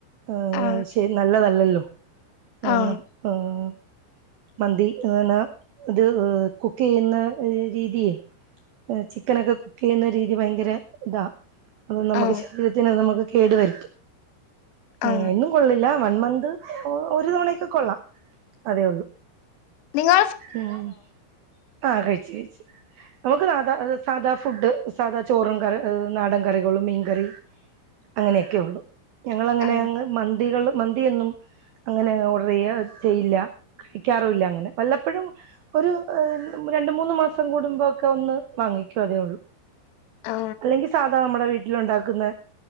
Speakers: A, on the right; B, on the left.
A: ആഹ്
B: ആ
A: ഷെ നല്ലതല്ലല്ലോ കാരണം
B: ആ
A: ആഹ് മന്തി എന ത് കുക്കെയ്യുന്ന രീതിയേ ചിക്കനൊക്കെ കുക്ക് ചെയ്യുന്ന രീതി ഭയങ്കര ഇതാ അത് നമുക്ക്
B: ആ
A: ശരീരത്തിന് അത് നമുക്ക് കേടു വരുത്തും
B: ആ
A: അങ്ങനെ കൊള്ളില്ല വൺ മന്ത് ഒരു തവണക്കെ കൊള്ളാം അതെ
B: നിങ്ങ
A: ഉം ആഹ് കഴിച്ച് കഴിച്ച് നമുക്ക് നാദാ സാധാ ഫുഡ് സാധാ ചോറും കറി നാടൻ കറികളും മീൻകറി അങ്ങനെയൊക്കെ ഒള്ളൂ ഞങ്ങളങ്ങനെ
B: ആ
A: അങ്ങ് മന്തികൾ മന്തിയൊന്നും അങ്ങനെ ഓർഡർ ചെയ്യ ചെയ്യില്ല കഴിക്കാറുല്ല അങ്ങനെ വല്ലപ്പോഴും ഒരു ഏഹ് രണ്ട് മൂന്ന് മാസം കൂടുമ്പോക്കെ ഒന്ന് വാങ്ങിക്കൂ അതേ ഒള്ളൂ
B: ആ
A: അല്ലെങ്കി സാധാ നമ്മുടെ വീ ട്ടിലുണ്ടാക്കുന്ന